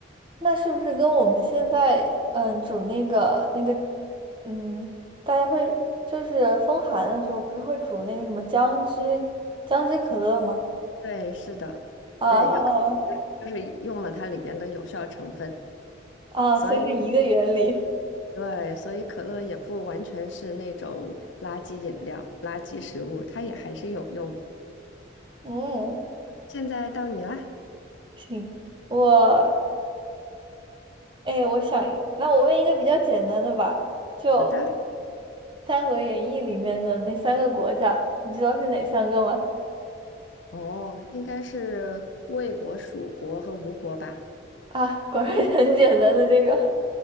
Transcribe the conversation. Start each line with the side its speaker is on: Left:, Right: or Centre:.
Right: 那是不是跟我们现在嗯煮那个那个嗯，大家会就是风寒的时候，不是会煮那个什么姜汁姜汁可乐吗？
Left: 对，是的，
Right: 啊啊
Left: 对，有可能就是用了它里边的有效成分，
Right: 啊！
Left: 所以。
Right: <laughs> 啊，所以是一个原理。
Left: 对，所以可乐也不完全是那种垃圾饮料、垃圾食物，它也还是有用的。
Right: 嗯，
Left: 现在到你啦，
Right: 行，我哎，我想那我问一个比较简单的吧，就
Left: 好的，
Right: 《三国演义》里面的那三个国家，你知道是哪三个吗？
Left: 哦，应该是魏国、蜀国和吴国吧？
Right: 啊，果然很简单的这个。<laughs>